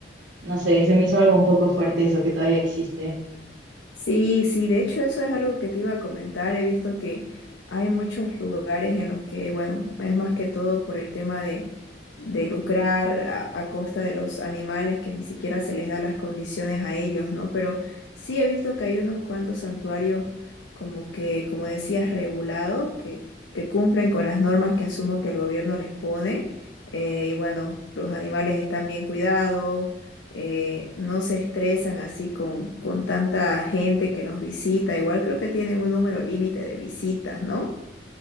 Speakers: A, on the right (about 85°); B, on the left (about 85°).
A: no sé, se me hizo algo un poco fuerte eso que todavía existe.
B: Sí, sí, de hecho eso es algo que te iba a comentar. He visto que hay muchos lugares en los que, bueno, es más que todo por el tema de, de lucrar a, a costa de los animales que ni siquiera se les da las condiciones a ellos, ¿no? Pero sí he visto que hay unos cuantos santuarios como que, como decías, regulados, que, que cumplen con las normas que asumo que el gobierno les pone. eh, y bueno, los animales están bien cuidados eh, no se estresan así con, con tanta gente que los visita. Igual creo que tienen un número límite de visitas, ¿no?